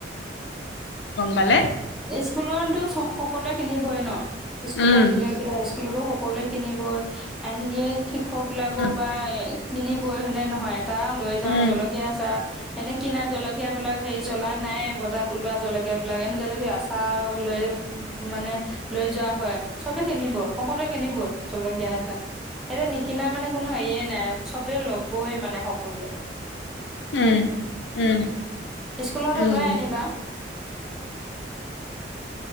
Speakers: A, on the left; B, in the centre.
A: পালে
B: স্কুলতো সকলোৱে। কিনিবই ন স্কুলত
A: উম
B: দিলে কি সকলোৱে কিনিবই এনেকে <unintelligible>
A: উম
B: কিনিবই হেনে নহয়। চাহ লৈ যাওঁ।
A: উম
B: জলকীয়া, চাহ এনে কিনা জলকীয়াবিলাক হেৰি জ্বলাই নাইয়ে। বজাৰত ওলোৱা জলকীয়াবিলাক। এনেকে যদি আচাৰ লৈ মানে লৈ যোৱা হয়, চবে কিনিব সকলোৱে কিনিবই জলকীয়া আচাৰ। এতিয়া নিকিনা মানে কোনো হেৰিয়ে নাই। চবে ল'বই মানে সকলোৱে
A: উম, উম।
B: স্কুলতো
A: উম,
B: লৈ আনিবা।